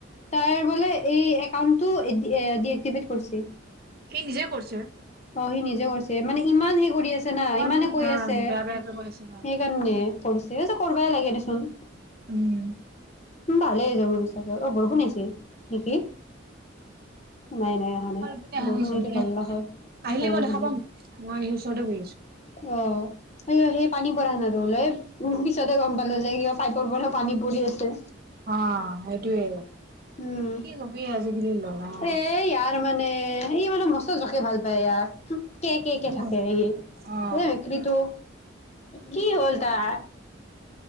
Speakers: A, on the left; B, on the right.
A: তাই বোলে এই একাউণ্টতো ডি এক এক্টিভেট কৰিছে।
B: সি‌ নিজে কৰিছে।
A: অ সি নিজে কৰিছে মানে ইমান হে কৰি আছে না
B: ইমান
A: ইমানে কৰি আছে সেইকাৰণে।
B: বেয়া বেয়াকে কৈ আছে ন।
A: কৰিছে কৰিবাই লাগে দেচোন।
B: উম
A: উ ভালে হয়‌ যাব দে চোন অ বৰষুণ আহিছে নেকি? নাই নাই অহা
B: আমাৰ
A: নাই
B: এইপিনে অহা
A: বৰষুণ
B: নাই চোন
A: আহিলে ভাল হয়
B: আহিলে
A: নাই
B: মই
A: অহা
B: দেখা
A: নাই
B: পাম মই ওচৰতে বহি আছো।
A: অ', সেই সেই পানী পৰা না বোলে পিছতে গম পালো যে কিবা পাইপৰ পৰা পানী পৰি আছে।
B: অ সেইটোৱে
A: উম,
B: কি কবি আজি আজিকালি লৰা
A: এ ইয়াৰ মানে এই মানে মস্ত জকে ভাল পায় ইয়াক কে কে কে
B: অ উম।
A: থাকে এই
B: অ
A: এই মেকুৰীটো কি হ'ল তাৰ।